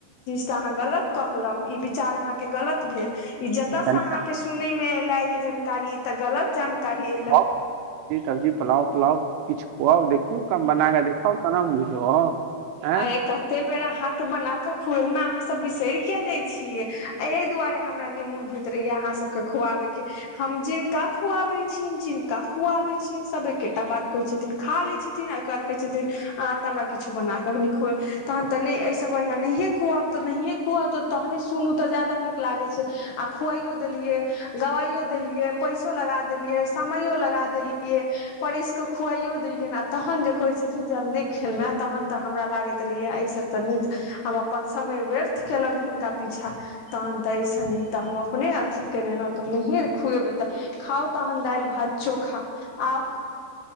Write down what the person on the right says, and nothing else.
अहाँ
पुरि सब्जी पलाओ पलाऔ किछु खुआउ देखियौ कम बन कऽ देखब ना हम बुझब आँय